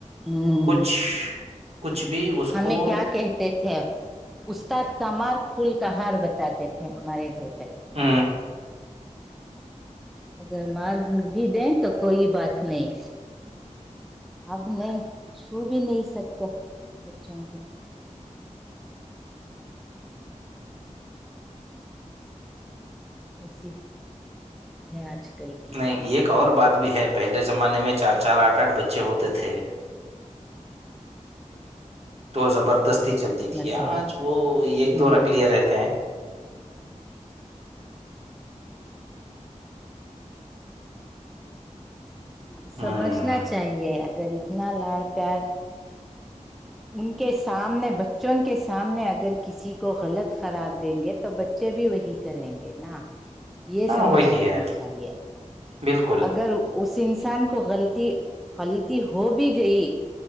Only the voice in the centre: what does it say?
ہ
ہمیں
کیا کہتے تھے اب استاد کا مار پھول کا ہار بتاتے تھے ہمارے گھر پہ
اگر مار و بھی دیں تو کوئی بات نہیں اب نہیں چھو بھی نہیں سکتے بچوں کو ایسی آج کل کی
نسل
ہوں
سمجھنا
چاہیے اگر اتنا لاڑ پیار ان کے سامنے بچوں کے سامنے اگر کسی کو غلط قرار دیں گے تو بچے بھی وہی کریں گے نا یہ
سمجھ
رکھنی
چاہیے
اگر اس انسان کو غلطی غلطی ہو بھی گئی